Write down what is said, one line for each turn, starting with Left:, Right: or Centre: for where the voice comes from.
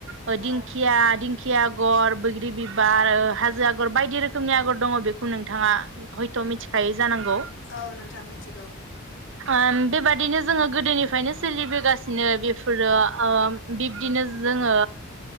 Right: ओ
Left: औ
Right: दिंखिया दिंखिया गर बैग्रि बिबार हाजो आगर बायदि रोखोमनि आगर दङ बेखौ नोंथाङा हयथ मिथिखायो जानांगौ
Left: औ नोंथां मिथिगौ
Right: ओम बेबादिनो जोङो गोदोनि फ्राइनो सो सोलिबोगासिनो बेफोरो ओ बिब्दिनो जोङो